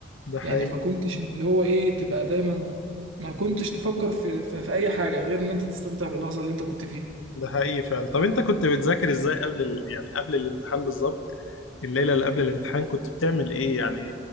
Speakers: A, on the left; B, on the right.
A: ده حقيقي
B: يعني ما كنتش اللي هو إيه تبقى دايما ما كنتش تفكر في في, في أي حاجة غير إن أنت تستمتع باللحظة اللي أنت كنت فيها
A: ده حقيقي فعلا طب انت كنت بتذاكر ازاي قبل ال... يعني قبل الامتحان بالظبط الليله اللي قبل الامتحان كنت بتعمل ايه يعني